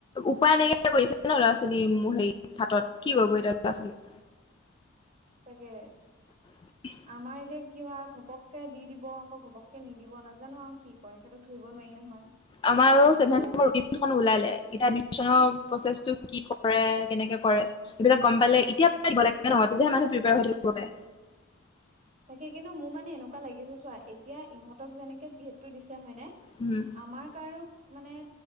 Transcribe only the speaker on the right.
উম
তাকে।
আমাৰ এতিয়া কি হয় ঘপককে দি দিব আকৌ ঘপককে নিদিব নাজানো আৰু কি কয় তেখেতক ধৰিব নোৱাৰি নহয়।
কিন্তু
উম
তাকে কিন্তু মোৰ মানে এনেকুৱা লাগিছে চোৱা এতিয়া ইহঁতক যেনেকে বি এডটো দিছে হয়নে?
আমাৰ কাৰো, মানে